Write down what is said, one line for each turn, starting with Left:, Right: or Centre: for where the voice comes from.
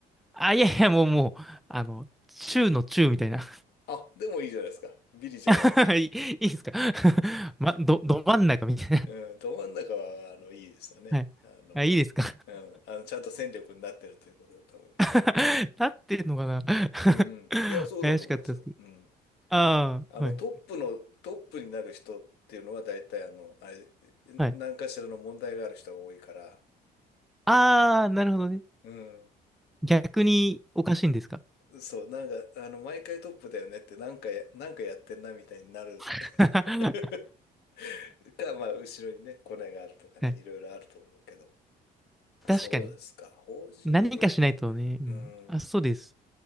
Centre: あ、いやいや、もうもう、あの、中の中みたいな。
Left: あ、でもいいじゃないですか。ビリじゃないですね。
Centre: <laughs> いいいですか <laughs> ま、ど、ど真ん中みたい
Left: うん、ど真ん中は、あの、いいですよね。
Centre: な。はい。
Left: あの、
Centre: あ、いいですか
Left: うん、あの、ちゃんと戦力になってるということだと思いますよ。
Centre: <laughs> なってるのかな
Left: うん。
Centre: <laughs>
Left: いや、そうだと思いますよ。
Centre: 怪しかったです。
Left: うん。
Centre: ああ、
Left: あの、
Centre: はい。
Left: トップの、トップになる人っていうのは、大体、あの、あれ、
Centre: はい。
Left: 何かしらの問題がある人が多いから、
Centre: ああ、なるほどね。
Left: うん。
Centre: 逆におかしいんですか
Left: そう、なんか、あの、毎回トップだよねって、なんかや、なんかやってんな、みたいになる
Centre: <laughs> は
Left: <laughs>。か、まあ、後ろにね、コネがあるとかね、
Centre: い。
Left: いろいろあると思うけど。
Centre: 確かに。
Left: そうですか。法人営業
Centre: 何かしないとね。うん、
Left: ね。うん。
Centre: あ、そうです。